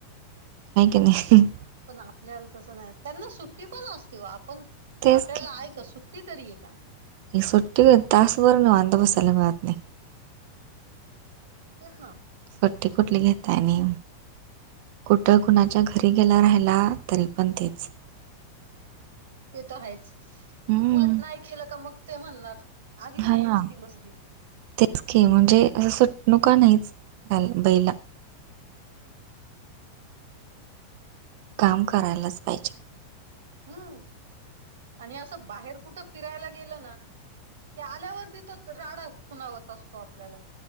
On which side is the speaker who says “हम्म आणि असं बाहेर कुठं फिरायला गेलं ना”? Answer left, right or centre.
Right